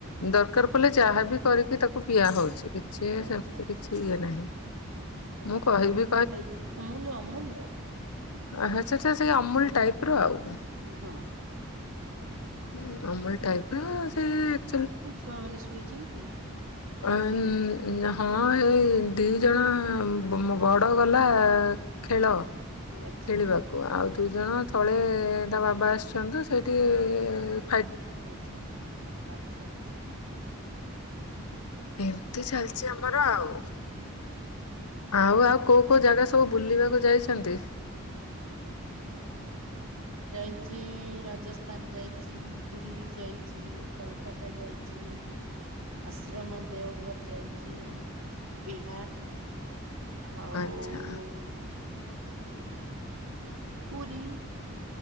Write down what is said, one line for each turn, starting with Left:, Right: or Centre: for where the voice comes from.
Left: ଦରକାର ପଡ଼ିଲେ ଚାହା ବି କରିକି ତାକୁ ପିଆ ହଉଛି। କିଛି
Right: ଆଚ୍ଛା
Left: ସେମିତି
Right: ଆଚ୍ଛା
Left: କିଛି ଇଏ ନାହିଁ।
Right: ଆଚ୍ଛା
Left: ମୁଁ କହିବି
Right: ଅମୁଲ୍ ଟାଇପ୍ ର ଅମୁଲ୍ ଅମୁଲ୍ ଆଉ
Left: ଆହା ସେଟା ସେଇ ଅମୁଲ୍ ଟାଇପ୍ ର ଆଉ।
Right: ମାନେ ହଁ ହଁ।
Left: ହୁଁ ଅମୁଲ୍ ଟାଇପ୍ ର ସେ ଚୁ
Right: ଛୁଆ ମାନେ ଶୋଇଚନ୍ତି?
Left: ଅନ୍ ହଁ ଏଇ ଦି ଜଣ ବ ବଡ଼ ଗଲା ଖେଳ
Right: ଆଚ୍ଛା
Left: ଖେଳିବ ଛୁଆ ଆଉ ଦୁଇ ଜଣ ତଳେ ତା ବାବା ଆସିଚନ୍ତି ସେଇଟିଇ
Right: ଆଚ୍ଛା ଆଚ୍ଛା ହଁ ଆଚ୍ଛା ଆଚା।
Left: ଏମତି ଚାଲଚି ଆମର ଆଉ। ଆଉ ଆଉ କୋଉ କୋଉ ଜାଗା ସବୁ ବୁଲିବାକୁ ଯାଇଚନ୍ତି?
Right: ମୁଁ। ଯାଇଚିଇ ରାଜସ୍ଥାନ୍ ଯାଇଚି, ଦିଲ୍ଲୀ ଯାଇଚି। କାଲ୍କାଟା ଯାଇଚି। ଆଶ୍ରମ ଦେଓଭର୍ ଯାଇଚି, ଉଂ ବିହାର। ଆଉଉ
Left: ଆଚ୍ଛା
Right: ପୁରୀ